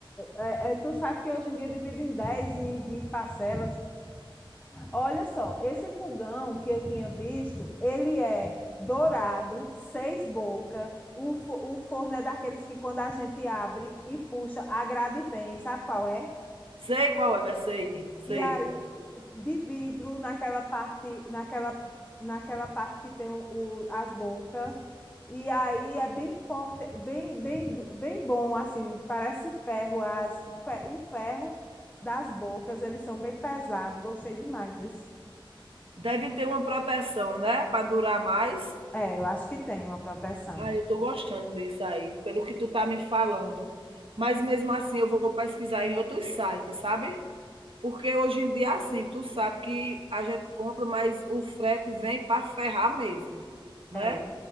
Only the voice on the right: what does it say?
sei qual é, sei, sei.
Deve ter uma proteção, né? Para durar mais.
Ah, eu tô gostando disso aí, pelo que tu tá me falando. Mas mesmo assim eu vou pesquisar em outros sites, sabe? Porque hoje em dia, assim, tu sabe que a gente compra, mas o frete vem para ferrar mesmo, né?